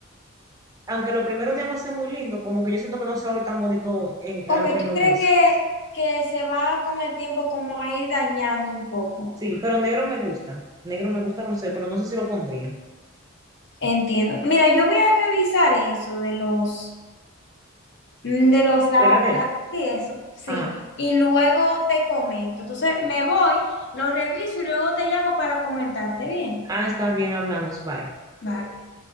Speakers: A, on the right; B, on the left.
A: aunque los primeros días va a ser muy lindo, como que yo siento que no se va a ver tan bonito en,
B: Ok,
A: a- lo- en
B: ¿tú
A: los
B: crees
A: meses.
B: que, que se va con el tiempo como a ir dañando un poco?
A: Sí, pero negro me gusta, negro me gusta como se ve, pero no sé si lo pondría.
B: Entiendo. Mira, yo voy a revisar eso de los, mm, de los lavaplatos
A: Fregadero.
B: y eso, sí.
A: Ajá.
B: Y luego te comento. Entonces me voy, lo reviso y luego te llamo para comentarte bien.
A: Ah, está bien, hablamos. Bye.
B: Bye.